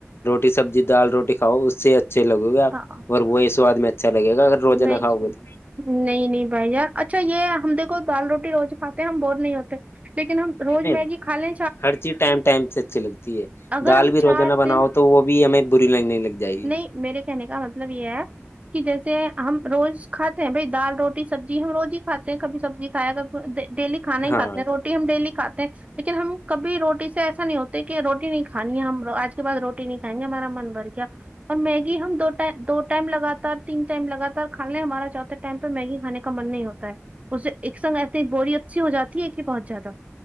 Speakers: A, on the left (about 55°); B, on the right (about 30°).
A: روٹی سبزی دال روٹی کھاؤ اس سے اچ اچھے لگو گے آپ
B: ہاں
A: اور وہی سواد میں اچھا لگے گا
B: بھائی
A: اگر روزہ نہ
B: جی
A: کھاؤ گے تو
B: نہیں نہیں بھائی یار اچھا یہ ہم دیکھو دال روٹی روز کھاتے ہم بور نہیں ہوتے لیکن ہم روز
A: نہیں
B: میگی کھا لے
A: ہر چیز ٹائم ٹائم سے اچھی لگتی ہے
B: اگر
A: دال
B: ہم
A: بھی
B: چار
A: روزانہ بناؤ
B: دن
A: تو وہ بھی ہمیں بری لگ نہ لگ جائے گی
B: نہیں میرے کہنے کا مطلب یہ ہے کہ جیسے ہم روز کھاتے ہیں بھائی دال روٹی سبزی ہم روز ہی کھاتے ہیں کبھی سبزی کھایا کبھی ڈیلی کھانا ہی
A: ہاں
B: کھاتے ہیں روٹی ہم ڈیلی کھاتے ہیں لیکن ہم کبھی روٹی سے ایسا نہیں ہوتے کہ روٹی نہیں کھانی ہے ہم آج کے بعد روٹی نہیں کھائیں گے ہمارا من بھر گیا اور میگی ہم دو دو ٹائم لگاتار تین ٹائم لگاتار کھانے ہمارا چاہتے ٹائم پہ میگی کھانے کا من نہیں ہوتا ہے اسے ایک سنگ ایسے بوری اچھی ہواتی ہے کہ بہت زیادہ